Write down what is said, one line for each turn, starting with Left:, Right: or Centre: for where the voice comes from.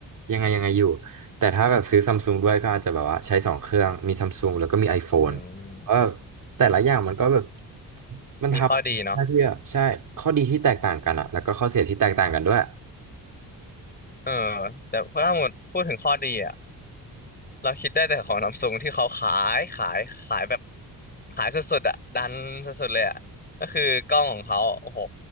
Right: ยังไงยังไงอยู่แต่ถ้าแบบซื้อซัมซุงด้วยก็อาจจะแบบว่าใช้สองเครื่องมีซัมซุงแล้วก็มี iPhone
Left: อืม
Right: เพราะแบบแต่ละอย่างมันก็แบบมันทำ
Left: มีข้อดีเนาะ
Right: หน้าที่อ่ะใช่ข้อดีที่แตกต่างกันอ่ะแล้วก็ข้อเสียที่แตกต่างกันด้วย
Left: เออแต่ถ้าหมดพูดถึงข้อดีอะ เราคิดได้แต่ของซัมซุงที่เขาขายขายขายแบบขายสุดๆอ่ะดันสุดๆเลยอ่ะก็คือกล้องของเขาโอ้โห